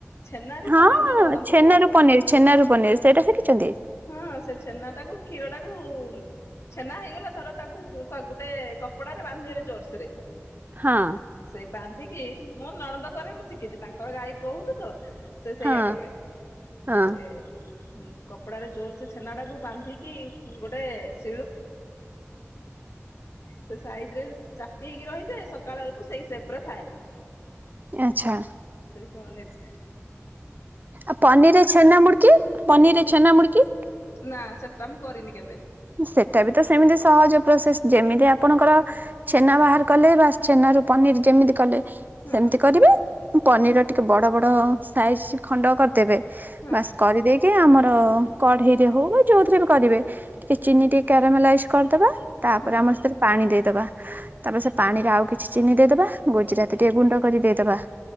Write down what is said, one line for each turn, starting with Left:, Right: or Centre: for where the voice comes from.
Left: ଛେନା ରୁ
Right: ହଁ
Left: ପନିର ଯୋଉ କରନ୍ତି
Right: ଛେନାରୁ
Left: ତ?
Right: ପନିର ଛେନାରୁ ପନିର୍ ସେଇଟା ଶିଖିଛନ୍ତି?
Left: ହୁଁ ସେ ଛେନା ଟାକୁ କ୍ଷୀର ଟାକୁ ଛେନା ହେଇଗଲା ଧର ତାକୁ ଗୋଟେ କପଡାରେ ବାନ୍ଧି ଦେଲେ ଜୋରସେରେ।
Right: ହଁ।
Left: ସେଇ ବାନ୍ଧିକି ମୁଁ ନଣନ୍ଦ କରେ ମୁଁ ଶିଖିଛି ତାଙ୍କର ଗାଈ ବହୁତ୍ ତ ସେ ସେଇଆ
Right: ହଁ
Left: କରେ
Right: ହଁ
Left: ସେ କପ୍ କପଡାରେ ଜୋର ସେ ଛେନାଟାକୁ ବାନ୍ଧିକି ଗୋଟେ ଶିଳକୁ ସେ ସାଇଜ ରେ ଚାପି ହେଇକି ରହିଯାଏ ସକାଳ ବେଳକୁ ସେଇ ସେପ୍ ରେ ଥାଏ।
Right: ଆଚ୍ଛା।
Left: ସେଇ ପନିର
Right: ଆଉ ପନିରରେ ଛେନା ମୁଡକି ପନିରରେ ଛେନା ମୁଡ କିି
Left: ନା ସେଟା ମୁଁ କରିନି କେବେ।
Right: ସେଟା ବି ତ ସେମିତି ସହଜ ପ୍ରୋସେସ ଯେମିତି ଆପଣଙ୍କର ଛେନା ବାହାର କଲେ ବାସ୍ ଛେନାରୁ ପନିର ଯେମିତି କଲେ?
Left: ହଁ
Right: ସେମିତି କରିବେ ପନିର୍ ଟିକେ ବଡ ବଡ ସାଇଜ ଖଣ୍ଡ କରିଦେବେ।
Left: ହଁ
Right: ବାସ କରିଦେଇକି ଆମର କଢେଇରେ ହଉ ଯୋଉଥିରେ ବି କରିବେ। ଟିକେ ଚିନି ଟିକେ କ୍ୟାରାମେଲାଇଜ କରିଦବା ତାପରେ
Left: ହୁଁ
Right: ଆମର ସେଥିରେ ପାଣି ଦେଇଦବା। ତାପରେ, ସେ ପାଣିରେ ଆଉ କିଛି ଚିନି ଦେଇଦବା ଗୁଜୁରାତି ଟିକେ ଗୁଣ୍ଡ କରି ଦେଇଦବା।